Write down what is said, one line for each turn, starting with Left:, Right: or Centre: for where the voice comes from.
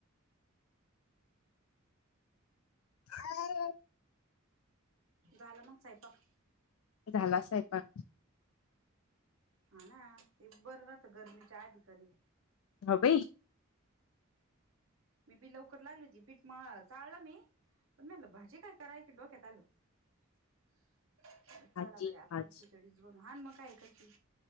Left: <unintelligible>
Right: झाला मग सयंपाक?
Left: झाला सयपाक
Right: हा ना, ते बरं राहत गरमीच्या आधी करी
Left: हो बाई
Right: मी बी लवकर लागली होती पीठ माळ चाळलं मी पण म्हणलं भाजी काय कराय ती डोक्यात आलं
Left: भाजी
Right: चला गड्या आपण
Left: भाजी
Right: खिचडीच ब हा न मग काय करती?